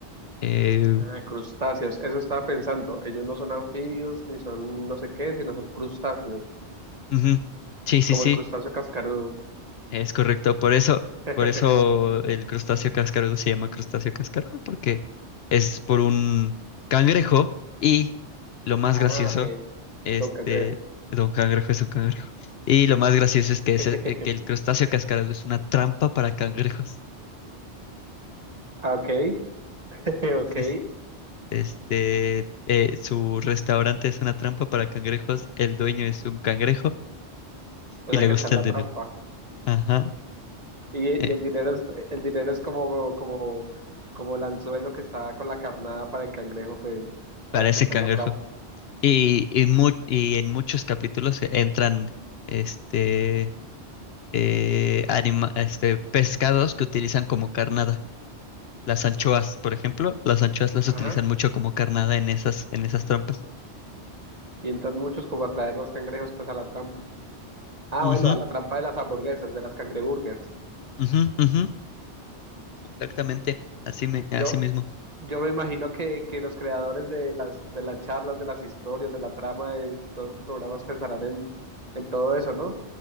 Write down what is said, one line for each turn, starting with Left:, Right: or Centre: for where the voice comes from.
Left: eh,
Right: Ah, crustáceos, eso estaba pensando. Ellos no son anfibios ni son no sé qué, sino son crustáceos,
Left: ujú. Sí, sí,
Right: como
Left: sí.
Right: el crustáceo cascarudo.
Left: Es correcto, por eso,
Right: <laughs>
Left: por eso el crustáceo cascarudo se llama crustáceo cascarudo, porque es por un cangrejo y lo más
Right: Ah,
Left: gracioso,
Right: ok.
Left: este,
Right: Don cangrejo.
Left: don cangrejo es un cangrejo. Y lo más gracioso
Right: <laughs>
Left: es que, ese- eh, que el crustáceo cascarudo es una trampa para cangrejos.
Right: Ah, ok, <laughs>
Left: Entonces,
Right: ok.
Left: este, eh, su restaurante es una trampa para cangrejos, el dueño es un cangrejo
Right: O
Left: y
Right: sea
Left: le
Right: que
Left: gusta
Right: está en
Left: el
Right: la
Left: dinero.
Right: trampa.
Left: Ajá,
Right: Y,
Left: eh,
Right: y el dinero es, el dinero es como, como, como el anzuelo que está con la carnada para el cangrejo, pues,
Left: para
Right: para que
Left: ese
Right: esté
Left: cangrejo.
Right: en la trampa.
Left: Y, y, mu- y en muchos capítulos entran este, eh, anima- este, pescados que utilizan como carnada. Las anchoas, por ejemplo, las anchoas las
Right: Ajá.
Left: utilizan mucho como carnada en esas, en esas trampas.
Right: Y entran muchos como a traer los cangrejos, pues, a la trampa. Ah,
Left: Ujú,
Right: bueno, a la trampa de las hamburguesas, de las cangreburgers.
Left: ujú, ujú, Exactamente, así, me- así
Right: Yo,
Left: mismo.
Right: yo me imagino que, que los creadores de las, de las charlas, de las historias, de la trama, de todos los programas pensarán en, en todo eso, ¿no?